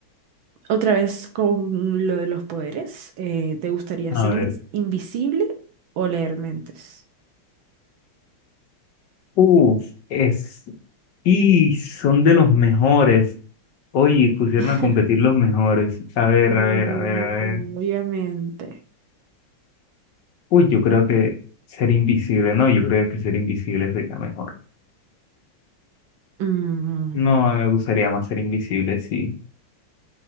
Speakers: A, on the right (about 75°); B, on the left (about 65°).
A: Otra vez con lo de los poderes, eh, ¿te gustaría
B: A
A: ser
B: ver.
A: in- invisible o leer mentes?
B: Uf, es, y son de los mejores. Oye, pusieron
A: <laughs>
B: a competir los mejores. A ver,
A: Obvio-
B: a ver, a ver, a ver.
A: obviamente.
B: Uy, yo creo que ser invisible, no, yo creo que ser invisible sería mejor.
A: Mm,
B: No, me gustaría más ser invisible, sí.